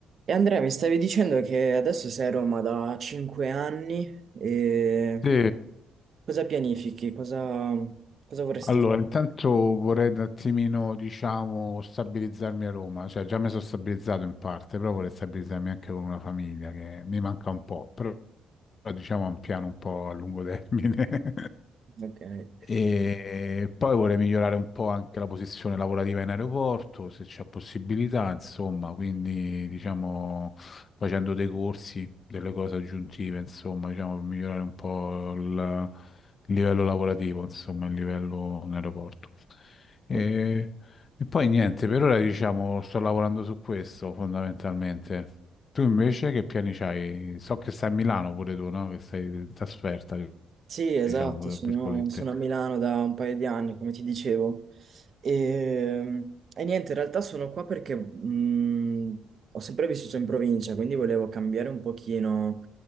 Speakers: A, on the right; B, on the left.
A: E Andrea, mi stavi dicendo che adesso sei a Roma da 5 anni e
B: Sì,
A: cosa pianifichi? Cosa, cosa vorresti
B: allora intanto vorrei un attimino, diciamo, stabilizzarmi a Roma, cioè già mi sono stabilizzato in parte, però vorrei stabilizzarmi anche con una famiglia che mi manca un po', però però diciamo è un piano un po' a lungo termine. <laughs>
A: fare? Ok.
B: E poi vorrei migliorare un po' anche la posizione lavorativa in aeroporto, se c'è possibilità, insomma, quindi diciamo facendo dei corsi, delle cose aggiuntive, insomma, diciamo per migliorare un po' il il livello lavorativo, insomma, il livello in aeroporto. E,
A: Oh,
B: e poi niente, per ora diciamo sto lavorando su questo fondamentalmente. Tu invece che piani c'hai? So che stai a Milano pure tu, no? Che sei in trasferta,
A: Sì, esatto,
B: diciamo, tra
A: sono,
B: virgolette.
A: sono a Milano da un paio di anni, come ti dicevo. E, e niente, in realtà sono qua perché mh, ho sempre vissuto in provincia, quindi volevo cambiare un pochino,